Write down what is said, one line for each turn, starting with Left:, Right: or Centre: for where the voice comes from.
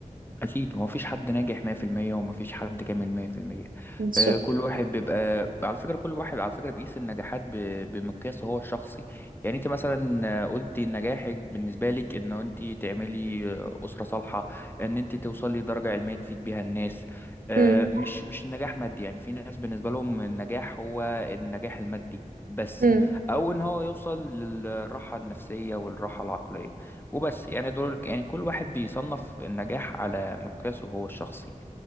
Left: أكيد هو مفيش حد ناجح 100% ومفيش حد كامل 100%
Right: بالظبط
Left: آه، كل واحد بيبقى على فكرة كل واحد على فكرة بيقيس النجاحات ب- بمقياسه هو الشخصي يعني أنت مثلا آه، قلتي إن نجاحك بالنسبة لك إن أنت تعملي آه، أسرة صالحة إن أنت توصلي لدرجة علمية تفيد بيها الناس آه،
Right: امم
Left: مش مش النجاح مادي يعني في ناس بالنسبة لهم النجاح هو النجاح المادي بس
Right: امم
Left: أو إن هو يوصل للراحة النفسية والراحة العقلية وبس يعني دول يعني كل واحد بيصنف النجاح على مقياسه هو الشخصي